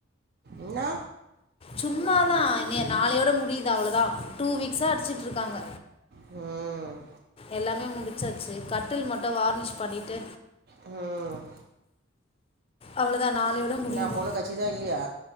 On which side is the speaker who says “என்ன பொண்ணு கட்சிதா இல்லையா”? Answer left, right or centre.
Right